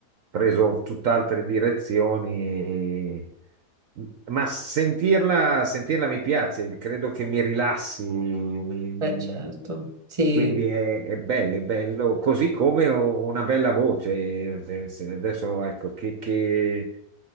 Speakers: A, on the right; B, on the right.
A: preso tutt'altre direzioni, e- ma sentirla, sentirla mi piace, credo che mi rilassi, mi- mi-
B: beh, certo, sì.
A: quindi è, è bello, è bello, così come ho una bella voce. se- se- Adesso ecco, che, che-